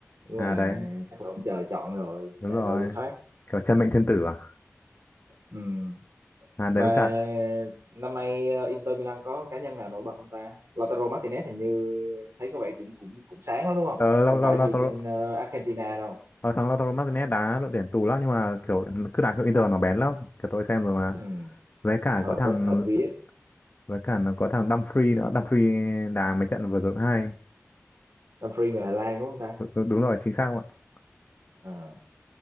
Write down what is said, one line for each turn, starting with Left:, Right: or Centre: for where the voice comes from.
Right: đúng
Left: à
Right: là
Left: đấy
Right: chắc là ông trời chọn rồi
Left: đúng
Right: chạy
Left: rồi
Right: đâu cho thoát
Left: kiểu chân mệnh thiên tử à
Right: ừ.
Left: à đấy
Right: mà
Left: với cả
Right: năm nay ờ, Inter Milan có cá nhân nào nổi bật không ta Lautaro Martinez hình như thấy có vẻ cũng cũng cũng sáng lắm đúng không
Left: ờ, Lau-
Right: không
Left: Lau-
Right: phải
Left: Lautaro
Right: như trên ờ, Argentina đâu
Left: ờ, thằng Lautaro Martinez đá đội tuyển tù lắm nhưng mà kiểu cứ đá cho Inter nó bén lắm kiểu tôi xem rồi mà
Right: ừ.
Left: với cả
Right: hợp
Left: có thằng
Right: ấy hợp vía
Left: với cả nó có thằng Dumfries nữa Dumfries đá mấy trận vừa rồi hay
Right: Dumfries người Hà Lan đúng không ta
Left: Đú- đú- đúng rồi chính xác không ạ
Right: à.